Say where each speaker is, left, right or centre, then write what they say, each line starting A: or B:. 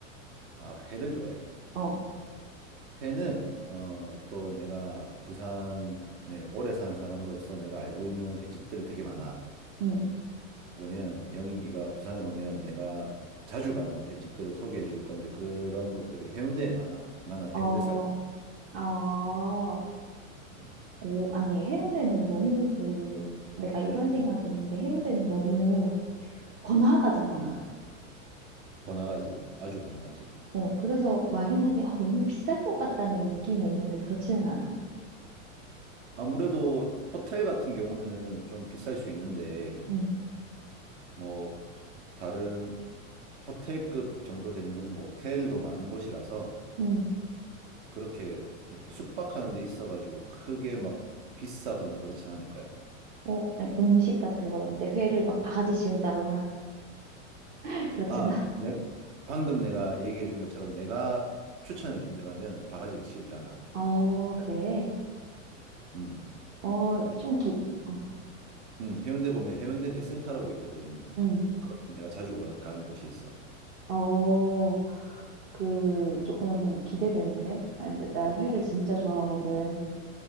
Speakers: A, on the right; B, on the right.
A: 아, 회를 좋아해?
B: 어,
A: 회는 어, 또 내가 부산에 오래 산 사람으로서 내가 알고 있는 횟집들이 되게 많아.
B: 응.
A: 그러면 영희 네가 부산에 오면 내가 자주 가는 횟집들을 소개해 줄 건데 그런 곳들이 해운대에 많아. 나는
B: 어,
A: 해운대 살다 보니까
B: 어.
A: 음,
B: 오, 아니, 해운대는 너무 그, 내가 이런 생각이 있는데 해운대는 너무 번화가잖아.
A: 번화가지, 아주 번화가지.
B: 어, 그래서 막연하게 아, 너무 비쌀 것 같다는 느낌이 있는데 그렇지는 않아.
A: 아무래도 호텔 같은 경우는 좀 비쌀 수 있는데
B: 응,
A: 뭐 다른 호텔급 정도 되는 모텔도 많은 곳이라서
B: 응.
A: 그렇게 이렇게 숙박하는 데 있어가지고 크게 막 비싸거나 그렇진 않을 거야.
B: 어, 아니, 음식 같은 건 어때? 회를 막 바가지 씌운다거나 <laughs> 그렇지는
A: 아,
B: 않아.
A: 네. 방금 내가 얘기해 준 것처럼 내가 추천해 준 데 가면 바가지를 씌우지 않아.
B: 어, 그래.
A: 음.
B: 어, 좀 기, 어.
A: 음, 해운대 보면 해운대 회센터라고 있거든.
B: 응.
A: 거기 내가 자주 가- 가는 곳이 있어.
B: 어, 그, 조금 기대되는데? 아, 근데 나 회를 진짜 좋아하거든.